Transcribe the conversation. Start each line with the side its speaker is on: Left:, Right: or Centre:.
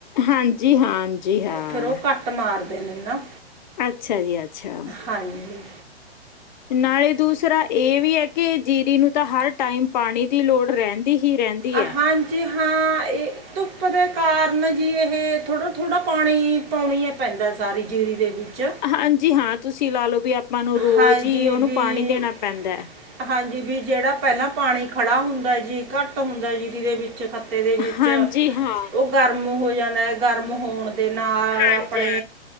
Left: ਹਾਂਜੀ, ਹਾਂਜੀ, ਹਾਂ
Right: ਫਿਰ ਉਹ ਕੱਟ ਮਾਰਦੇ ਨੇ ਨਾ
Left: ਅੱਛਾ ਜੀ, ਅੱਛਾ।
Right: ਹਾਂਜੀ
Left: ਨਾਲੇ ਦੂਸਰਾ ਇਹ ਵੀ ਹੈ ਕਿ ਜੀਰੀ ਨੂੰ ਤਾਂ ਹਰ ਟਾਈਮ ਪਾਣੀ ਦੀ ਲੋੜ ਰਹਿਣ ਹੀ ਰਹਿੰਦੀ
Right: ਅਹਾਂ
Left: ਹੈ।
Right: ਜੀ ਹਾਂ ਇਹ ਧੁੱਪ ਦੇ ਕਾਰਨ ਜੀ ਇਹ ਥੋੜ੍ਹਾ, ਥੋੜ੍ਹਾ ਪਾਣੀ ਪਾਉਣੀ ਐ ਪੈਂਦਾ ਸਾਰੀ ਜੀਰੀ ਦੇ ਵਿੱਚ
Left: ਹਾਂਜੀ ਹਾਂ ਤੁਸੀਂ ਲਾ ਲਓ ਵੀ ਆਪਾਂ ਨੂੰ ਰੋਜ਼
Right: ਹਾਂਜੀ
Left: ਈ ਉਹਨੂੰ
Right: ਵੀ
Left: ਪਾਣੀ ਦੇਣਾ ਪੈਂਦਾ।
Right: ਹਾਂਜੀ ਵੀ ਜਿਹੜਾ ਪਹਿਲਾਂ ਪਾਣੀ ਖੜਾ ਹੁੰਦਾ ਜੀ ਘੱਟ ਹੁੰਦਾ ਜੀ ਜਿਰੇ ਦੇ ਵਿੱਚ ਤੇ ਦੇ ਵਿੱਚ
Left: ਹਾਂਜੀ ਹਾਂ,
Right: ਉਹ ਗਰਮ ਹੋ ਜਾਂਦਾ ਐ ਗਰਮ ਹੋਣ ਦੇ ਨਾਲ
Left: ਹਾਂਜੀ
Right: ਆਪਣੇ